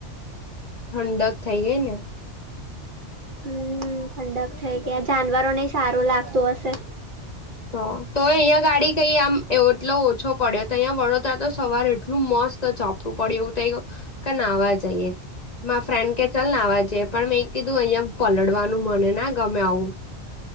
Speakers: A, on the left; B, on the right.
A: ઠંડક થઈ ગઈને
B: હમ ઠંડક થઈ ગયા જાનવરો ને સારું લાગતું હશે.
A: હા તો હી અહીંયા ગાડી કઈ આમ એટલો ઓછો પડ્યો તો અહીયા વડોદરા તો સવાર એટલું મસ્ત પડીયું એવું થઈ ગયો કે ના વા જઈએ. મા ફ્રેન્ડ કે ચલ નાવા જઈએ પણ મેં કીધું અહિયાં પલડવાનું મને ના ગમે આવું.